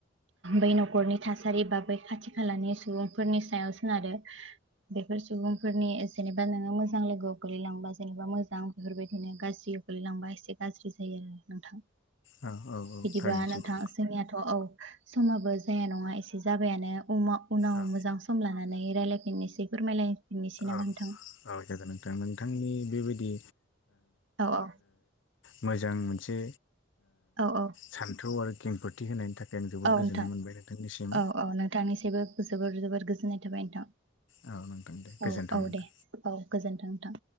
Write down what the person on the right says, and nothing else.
बै न'खरनि थासारि बा बै खाथि खालानि सुबुंफोरनि सायाव सोनारो बेफोर सुबुंफोरनि जेनेबा नोङो मोजां लोगोआव गोलैलांबा जेनेबा मोजां बेफोरबायदिनो गाज्रि गोगलैलांबा एसे गाज्रि जायो आरो नोंथां
बिदिबा
नोंथां जोंनियाथ' औश समाबो जाया नङा एसे जाबायानो उनाव
मोजां सम लानानै रायलायफिननोसै फोरमायलायनिसै ना
नोथां।
औ औ
औ औ
औ नोंथां
औ औ नोंथांनिसबो जोबोर जोबोर गोजोननाय थाबाय नोंथां।
औ औ
दे औ गोजोनथों नोंथां।